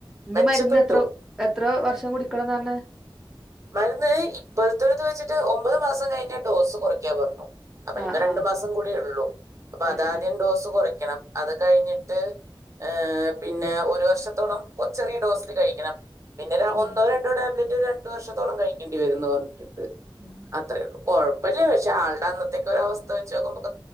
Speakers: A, in the centre; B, on the right.
A: ഇഞ്ഞ്
B: മെച്ചപ്പെട്ടു
A: മരുന്ന് എത്ര എത്ര വർഷം കുടിക്കണംന്നാർഞ്ഞ്?
B: മരുന്ന് ഇപ്പോഴത്തൊരുദ് വെച്ചിട്ട് ഒമ്പത് മാസം കഴിഞ്ഞ ഡോസ് കുറയ്ക്കാ പറഞ്ഞു. അപ്പൊനിപ്പോ
A: ആഹ്
B: രണ്ടു
A: ആഹ്
B: മാസം കൂടി ഉള്ളൂ അപ്പൊ
A: ഉം
B: അതാദ്യം
A: ഉം
B: ഡോസ് കുറക്കണം അത് കഴിഞ്ഞിട്ട്, ഏ പിന്നെ ഒരു വർഷത്തോളം ഒ ചെറിയ ഡോസിൽ കഴിക്കണം. പിന്നെ ഒന്നോ
A: ഉം
B: രണ്ടോ ടാബ്ലറ്റ് രണ്ട് വർഷത്തോളം കഴിക്കേണ്ടി വരന്ന് പറഞ്ഞിട്ടുണ്ട്.
A: <inaudible>
B: അത്രേള്ളൂ കുഴപ്പല്ല പക്ഷെ ആളുടെ അന്നത്തേക്ക ഒരവസ്ഥ വെച്ച് നോക്കുമ്പോൾ